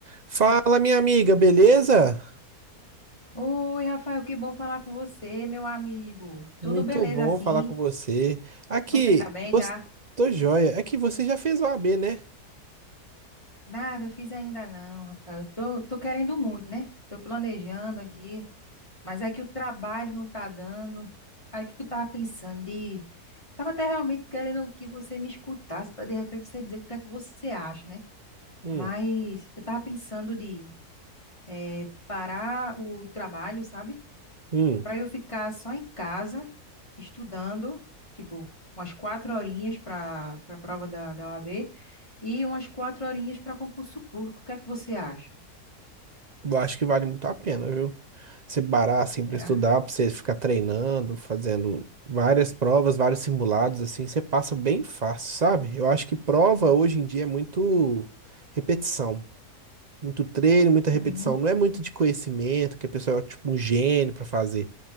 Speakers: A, on the right; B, on the left.
A: Fala, minha amiga, beleza?
B: Oi, Rafael, que bom falar com você, meu amigo.
A: Muito
B: Tudo beleza
A: bom
B: assim?
A: falar com você. Aqui,
B: Você tá bem,
A: você...
B: tá?
A: tô joia. É que você já fez o AB, né?
B: Nada, fiz ainda não, Rafael. Tô, tô querendo muito, né? Tô planejando aqui, mas é que o trabalho não tá dando. Aí o que que eu tava pensando de... Tava até realmente querendo que você me escutasse para de repente você dizer o que é que você acha, né?
A: Hum,
B: Mas eu tava pensando de eh, parar o trabalho, sabe?
A: hum.
B: para eu ficar só em casa, estudando, tipo, umas quatro horinhas para para a prova da, da OAB e umas quatro horinhas para concurso público. O que é que você acha?
A: Eu acho que vale muito a pena, viu? Você parar assim
B: Será?
A: pra estudar, pra você ficar treinando, fazendo várias provas, vários simulados, assim, você passa bem fácil, sabe? Eu acho que prova hoje em dia é muito repetição. Muito treino, muita repetição.
B: Uhum,
A: Não é muito de conhecimento, que a pessoa é tipo um gênio pra fazer.